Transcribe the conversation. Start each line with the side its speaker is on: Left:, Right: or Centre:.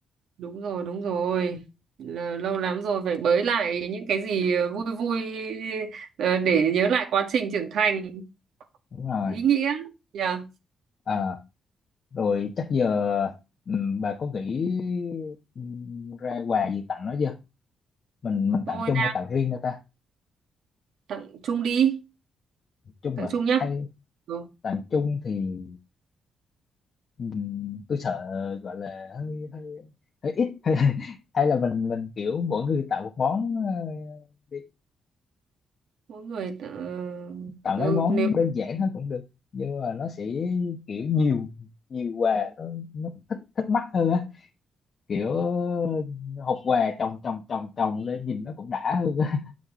Right: đúng rồi đúng rồi là lâu lắm rồi phải bới lại những cái gì ờ, vui vui ờ, để nhớ lại quá trình trưởng thành
Left: đúng rồi
Right: ý nghĩa nhờ
Left: à, rồi chắc giờ ừ, bà có nghĩ ừ, ra quà gì tặng nó chưa mình mình
Right: tôi
Left: tặng chung hay tặng riêng cho ta
Right: tặng chung đi
Left: chung
Right: tặng
Left: à
Right: chung nhá
Left: hay
Right: ừ.
Left: tặng chung thì Ừm, tôi sợ gọi là hơi hơi hơi ít <laughs> hay hay là mình mình kiểu mỗi người tạo một món ờ, đi
Right: mỗi người tặng-
Left: tạo
Right: ờ,
Left: mấy
Right: ừ,
Left: món
Right: nếu
Left: đơn giản thôi cũng được nhưng mà nó sẽ kiểu nhiều nhiều quà nó nó cũng thích thích mắt hơn á kiểu hộp quà chồng chồng chồng chồng lên nhìn nó cũng đã hơn á